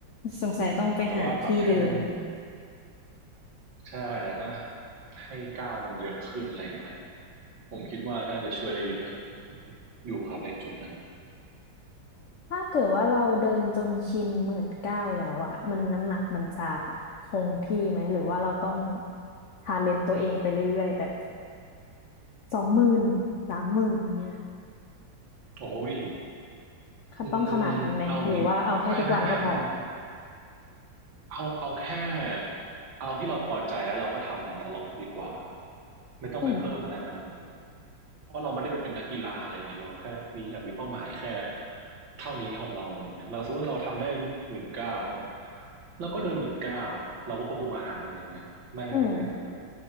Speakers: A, on the left; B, on the right.
A: สงสัยต้องไปหาที่เดิน
B: แต่ว่าแบบให้เป็นใช่แล้วก็ให้ก้าวมันเยอะขึ้นอะไรอย่างเงี้ยผมคิดว่าน่าจะช่วยได้เยอะอยู่ครับในจุดนั้น
A: ถ้าเกิดว่าเราเดินจนชินหมื่นเก้าแล้วอะมันน้ำหนักมันจะคงที่ไหมหรือว่าเราต้องชาเลนจ์ตัวเองไปเรื่อยๆแบบสองหมื่นสามหมื่นเนี้ย
B: โอ้ยอืมเอาอย่างนี้
A: ต้องขนาดนั้นไหมหรือว่าเอาแค่ทุกวันก็พอ
B: ไม่ไม่ไม่ไม่ไม่ เอาเอาแค่เอาที่เราพอใจแล้วเราก็ทำมันตลอดดีกว่าไม่ต้องไปเพิ่มอะไรมัน
A: อืม
B: เพราะเราไม่ได้ไปเป็นนักกีฬาอะไรเงี้ยเราแค่มีอยากมีเป้าหมายแค่เท่านี้ของเราอะไรเงี้ยเราสมมติว่าเราทำได้หมื่นเก้าเราก็เดินหมื่นเก้าเราก็ควบคุมอาหารอะไรเงี้ยไม่ไม่ไม่ไม่แบบ
A: อืม